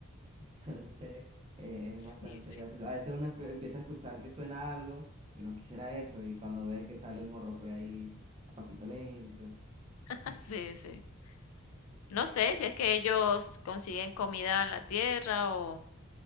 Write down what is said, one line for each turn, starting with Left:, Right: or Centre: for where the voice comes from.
Right: <laughs> Entonces, eh,
Left: sí,
Right: es bastante
Left: sí,
Right: gracioso. A veces uno espe- empieza a escuchar que suena algo y uno quisiera eso, y cuando ves que sale el morroco y ahí a pasito lento.
Left: <laughs> sí, sí. No sé si es que ellos consiguen comida en la tierra o